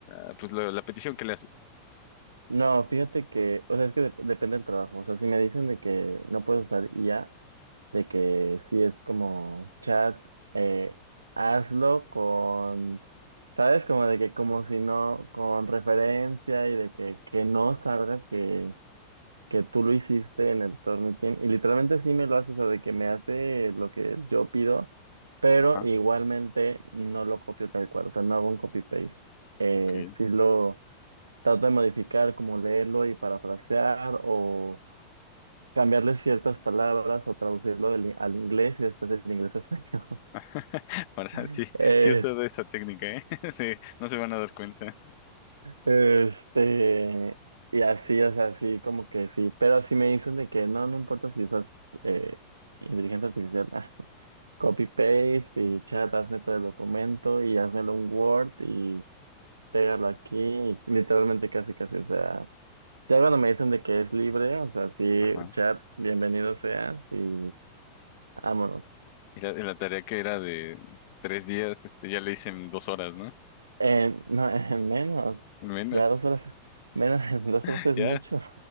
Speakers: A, on the left; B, on the right.
A: ah, pues la, la petición que le haces.
B: No, fíjate que, o sea, es que dep- depende del trabajo. O sea, si me dicen de que no puedes usar IA, de que sí es como chat, eh, hazlo con, ¿sabes? Como de que como si no, con referencia y de que, que no salga que, que tú lo hiciste en el Tornitin. Y literalmente sí me lo hace, o sea, de que me hace lo que yo pido, pero
A: Ajá,
B: igualmente no lo copio tal cual, o sea, no hago un copy-paste. Eh,
A: ok.
B: sí lo trato de modificar, como leerlo y parafrasear o cambiarle ciertas palabras o traducirlo del- al inglés y después del inglés a español.
A: <laughs> Para sí,
B: <laughs> Eh,
A: sí he usado esa técnica, ¿eh? <laughs> Sí, no se van a dar cuenta.
B: este, y así, o sea, así como que sí, pero si me dicen de que no, no importa si usas eh, inteligencia artificial, ah, copy paste y chat, hazme todo el documento y házmelo un Word y pégalo aquí, y literalmente casi casi, o sea, ya cuando me dicen de que es libre, o sea, sí,
A: Ajá.
B: chat, bienvenido seas y vámonos.
A: Y la, y la tarea que era de tres días, este, ya le hice en dos horas, ¿no?
B: Eh, no, <laughs> menos.
A: Bueno,
B: Ya dos horas, menos, <laughs> dos
A: <laughs>
B: horas es
A: ya.
B: mucho.